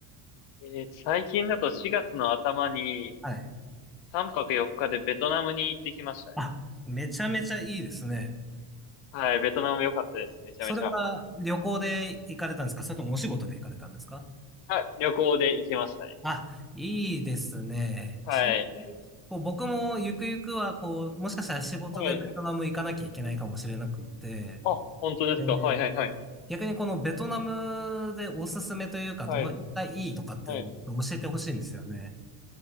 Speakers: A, on the left; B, in the centre.
A: えー最近だと4月の頭に
B: はい。
A: 3泊4日でベトナムに行ってきましたね。
B: あ、めちゃめちゃいいですね。
A: はい。ベトナム良かったですね。めちゃめちゃ。
B: それは旅行で行かれたんですかそれともお仕事で行かれたんですか
A: はい。旅行で行きましたね。
B: あ、いいですね。
A: はい。
B: ちなみに、こう、僕もゆくゆくは、こう、もしかしたら仕事でベトナム行かなきゃいけないかもしれなくって、
A: はい。あ、本当ですか。
B: え
A: はいはいはい。
B: 逆にこのベトナムでおすすめというか、
A: はい。
B: どの辺がいいとかってお教えてほしいんですよね。
A: はい。